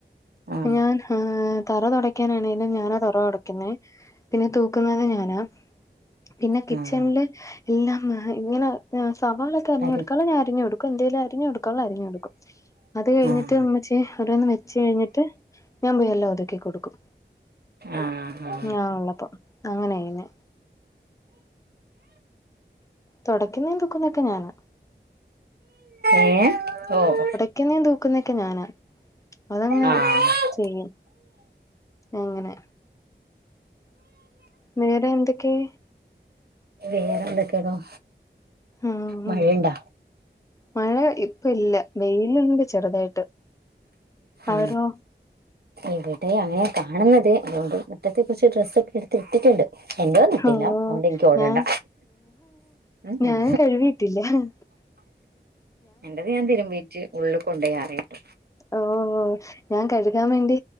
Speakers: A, on the right; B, on the left.
A: ആഹ്
B: ഞാൻ ആഹ്‌ തറ തുടയ്ക്കാനാണെേലും ഞാനാ തറ തുടക്കുന്നത് പിന്നെ തൂക്കുന്നത് ഞാനാ പിന്നെ കിച്ചണില്
A: ആഹ്
B: എല്ലാം ഇങ്ങനെ സവാള അരിഞ്ഞുടുക്കാാലോ
A: ആര്
B: ഞാൻ അരിഞ്ഞു കൊടുക്കും എന്തേല് അരിഞ് കൊടുക്കാ അരിഞ്ഞു കെടുക്കും അത് കഴഞ്ഞിട്ട്
A: ആഹ്
B: ഇമ്മചി ഓരോന്ന് വെച് കഴിഞ്ഞിട്ട് ഞാൻ പോയി എല്ലാം ഒതുക്കി കൊടുക്കും
A: ആഹ്‌ ആഹ്‌
B: ഞാൻ ഉള്ളപ്പോ അങ്ങനെ ചെയ്യിനെ തുടക്കുന്നെ തുക്കുന്നൊക്കെ ഞാനാ
A: ഏഹ്‌ ഓഹ്‌
B: തൊടക്കുന്നേ തൂക്കുന്നൊക്കെ ഞാനാ അതങ്ങ്
A: ആഹ്
B: ചെയ്യും അങ്ങനെ വേറെ എന്തൊക്കെയ
A: വേറെ എന്തൊക്കെയെ ഇപ്പം
B: ആഹ്
A: മഴയുണ്ടാ
B: മഴ ഇപ്പ ഇല്ല വെയിലുണ്ട് ചെറുതായിട്ട്
A: ആ
B: അവിടോ
A: ഇവിടെ അങ്ങനെയാ കാണുന്നത് അതുകൊണ്ട് മുറ്റത്ത് കൊറച്ച് ഡ്രസ്സ് ഒക്കെ എടുത്തി ഇട്ടിട്ടുണ്ട് എന്റെതൊന്നും ഇട്ടില്ല
B: ഓഹോ
A: അതുകൊണ്ട് എനിക്ക് ഓടണ്ട
B: ഞാൻ
A: ഉം ഉം
B: ഞാൻ കഴുകിയിട്ടില്ല <inaudible>
A: എന്റത് ഞാൻ തിരുമ്പീറ്റ് ഉളള് കൊണ്ടോയി ആറിയിട്ടു
B: ഓഹോ ഓഹ് ഞാൻ കഴുകാൻ വേണ്ടി